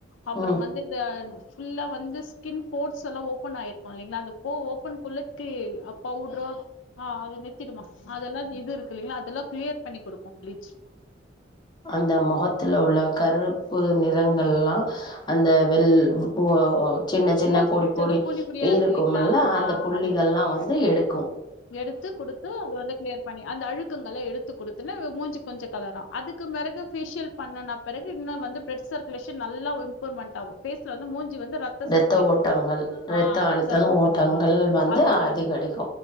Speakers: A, on the left; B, on the left.
A: அப்புறம்
B: ம்
A: வந்த இந்த ஃபுல்லா வந்து ஸ்கின் போ்ட்ஸ் எல்லா ஓப்பன் ஆயிருக்கு இல்லைங்களா அந்த பே ஓப்பன் குள்ள தி பவுட்ரோ ஆ அது நித்திடுமா அதெல்லா இது இருக்கு இல்லைங்களா அதெல்லா கிளியர் பண்ணி கொடுக்கு ப்ளீச்
B: அந்த முகத்துல உள்ள கருப்பு நிறங்கள்லா அந்த வெல் ஒ ஓ சின்ன சின்ன
A: போஸ்
B: பொடி
A: சில
B: பொடி
A: புள்ளி புள்ளியா இருக்கு
B: இருக்கும்மல
A: இல்லைங்களா
B: அந்த புள்ளிகள்லா
A: ஆ
B: வந்து எடுத்
A: எடுத்து கொடுத்து அது வந்து கிளியர் பண்ணி அந்த அழுக் க்கங்கள எடுத்து கொடுத்தூ முஞ்சி கொஞ்சோ காலரா அதுக்கு பிறகோ பேசியில் பண்ணுன பிறகு இன்னு வந்து பேச்சுக் நல்ல இம்ப்ரூவ்மெண்ட் ஆகு ஃபேஸ்ல வந்து மூஞ்சி வந்து ரத்த சர்க்குலேஷன்
B: இத்த ஓட்டங்கள் ரத்த
A: ஆஹ்
B: அழுத்தங்க
A: ஓட்டம்
B: ஓட்டங்கள் வந்து
A: அதெல்லாம்
B: அதிகரிக்கு